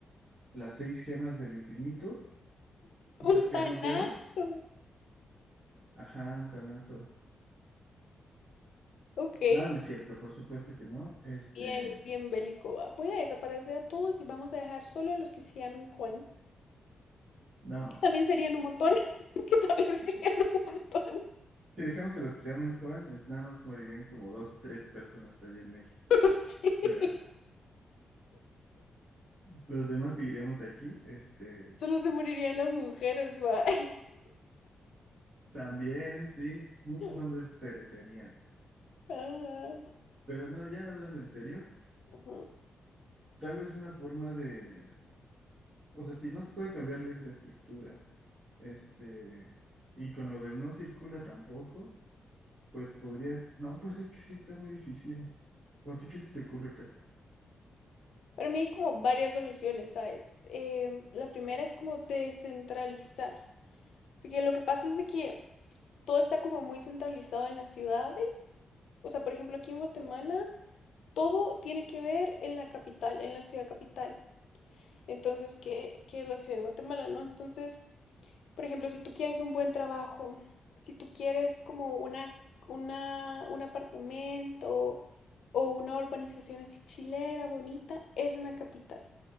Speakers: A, on the right; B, on the left.
A: las seis gemas del infinito y chasquear
B: Un tanazo.
A: los dedos. Ajá, un tanazo.
B: Ok,
A: Nada, no es cierto, por supuesto que no. Este,
B: bien, bien bélico. va. Voy a desaparecer a todos y vamos a dejar solo a los que se llamen Juan.
A: no.
B: Que también serían un montón. <laughs> Que también serían un montón. <laughs>
A: Si dejamos a los que se llaman Juan, eh, nada más morirían como dos, tres personas allá en México.
B: Sí.
A: Pero los demás seguiríamos aquí, este.
B: Solo se morirían las mujeres, va.
A: También, sí, muchos
B: <laughs>
A: hombres perecerían.
B: Ajá,
A: Pero no, ya hablando en serio,
B: ajá.
A: tal vez una forma de, o sea, si no se puede cambiar la infraestructura, este, y con lo de no circula tampoco, pues podrías, no, pues es que sí está muy difícil. ¿O a ti qué se te ocurre, Kat?
B: Para mí hay como varias soluciones, ¿sabes? Em, la primera es como descentralizar, porque lo que pasa es de que todo está como muy centralizado en las ciudades. O sea, por ejemplo, aquí en Guatemala, todo tiene que ver en la capital, en la ciudad capital. Entonces, ¿qué, qué es la ciudad de Guatemala, no? Entonces, por ejemplo, si tú quieres un buen trabajo, si tú quieres como una, una, un apartamento o una urbanización así chilera, bonita, es en la capital.